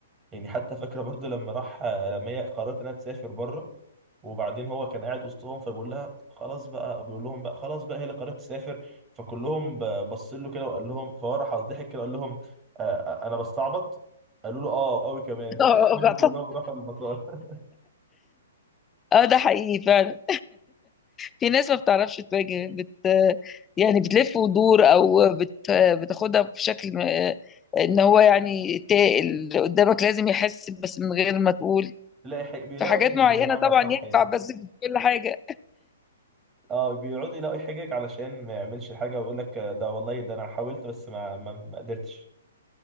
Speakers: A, on the right; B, on the left.
A: يعني حتى فاكره برضو لما راح لما هي قررت انها تسافر بره وبعدين هو كان قاعد وسطهم فبيقول لها خلاص بقى بيقول لهم بقى خلاص بقى هي اللي قررت تسافر فكلهم بص له كده وقال لهم فهو راح ضحك كده قال لهم آه، انا بستعبط قالوا له اه قوي كمان
B: <laughs> اه
A: <laughs> هم
B: آه،
A: كلهم راحوا المطار
B: آه، ده حقيقي فعلا في ناس ما بتعرفش تواجه بت يعني بتلف ودور او بت بتاخدها بشكل م- ان هو يعني تا- اللي قدامك لازم يحس بس من غير ما تقول
A: <laughs> تلاقي حي- بيلاقوا
B: في حاجات
A: حاجه
B: معينة
A: بمعنى
B: طبعا
A: اصح
B: ينفع
A: يعني
B: بس في كل حاجة
A: اه بيقعدوا يلاقوا حجج علشان ما يعملش حاجه ويقول لك ده والله ده انا حاولت بس ما ما, ما قدرتش